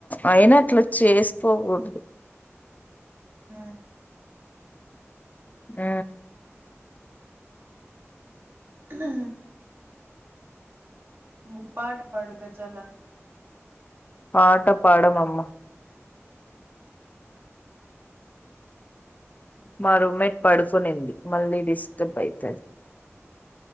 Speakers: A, on the left; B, on the right.
A: అయిన అట్ల చేసికోకూడదు
B: ఆా
A: ఆ
B: ఆ ము పాటు పడుగా చలా
A: పాట పాడం అమ్మా మా రూమ్మేట్ పడుకునింది మళ్ళీ డిస్టర్బ్ అవుతుంది